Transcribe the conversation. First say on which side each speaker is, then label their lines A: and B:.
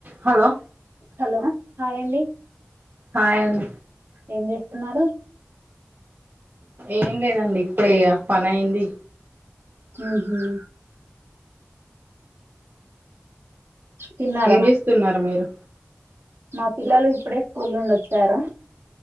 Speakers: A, on the right; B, on the right.
A: Hello
B: hello హ్యాండి
A: హ్యాండి
B: ఏం చేస్తున్నారు
A: ఏం లేదండి ఇప్పుడేయిగా పని అయింది
B: ఉహూ తిన్నారా
A: ఏం
B: మ
A: చేస్తున్నారు మీరు
B: మా పిల్లలు ఇప్పుడే స్కూల్ నుండి వచ్చారు